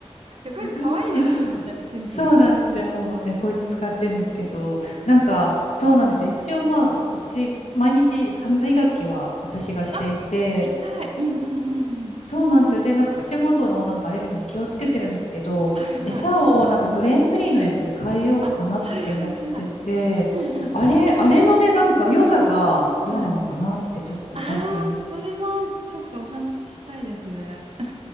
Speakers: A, on the right; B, on the left.
A: 猫舌可愛いですね。
B: <laughs>
A: なんかシンプルで。
B: そうなんですよ。猫打ち使ってるんですけど、
A: う
B: なんか、そうなんですよ。
A: ん
B: 一応まあ、うち、毎日歯磨きは私がしていて、
A: あ、偉い。うんうんうんうん。
B: そうなんですよ。で、なんか口元のなんかアレルギーも気をつけてるんですけど、
A: はいはい。
B: 餌をなんかグレーンフリーのやつに変えようかなって思ってて、
A: あ、はいはいはい。うんうん。
B: あれ、あれのね、
A: うん
B: なんか良さがどうなのかなってちょっと最近。
A: はい。ああ、それもちょっとお話ししたいですね。